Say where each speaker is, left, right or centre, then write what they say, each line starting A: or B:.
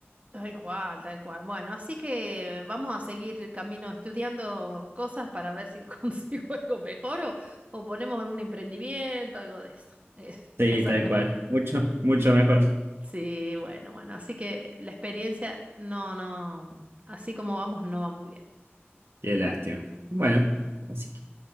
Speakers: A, on the right; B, on the right.
A: Tal cual, tal cual. Bueno, así que vamos a seguir camino estudiando cosas para ver si <laughs> consigo algo mejor o, o ponemos en un emprendimiento, algo de eso. Eh, <laughs>
B: Sí,
A: va a salir
B: tal
A: mejor.
B: cual. Mucho, mucho mejor.
A: Sí, bueno, bueno, así que la experiencia, no, no, así como vamos, no va muy bien.
B: Qué lástima. Bueno, así que.